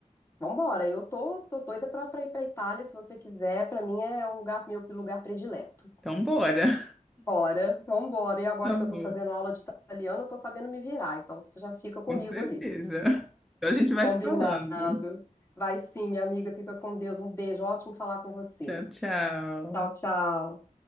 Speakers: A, on the left (about 20°); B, in the centre.
A: vambora. Eu tô, tô doida pra, pra ir pra Itália, se você quiser. Pra mim é um lugar, meu lugar predileto.
B: Então, bora. <laughs>
A: Bora, vambora. E agora
B: Tá
A: que
B: bom,
A: eu tô fazendo aula de italiano, eu tô sabendo me virar. Então você já fica comigo
B: com certeza.
A: ali.
B: Então a gente vai
A: Combinado.
B: se falando.
A: Vai sim, minha amiga. Fica com Deus. Um beijo. Ótimo falar com você.
B: Tchau, tchau.
A: Tchau, tchau.